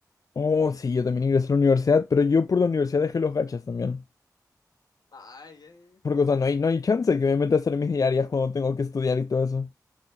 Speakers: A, on the left; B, on the left.
A: Oh, sí, yo también ingresé a la universidad, pero yo por la universidad dejé los gachas también.
B: Ay, ay, ay.
A: Porque, o sea, no hay, no hay chance de que me meta a hacer mis diarias cuando tengo que estudiar y todo eso.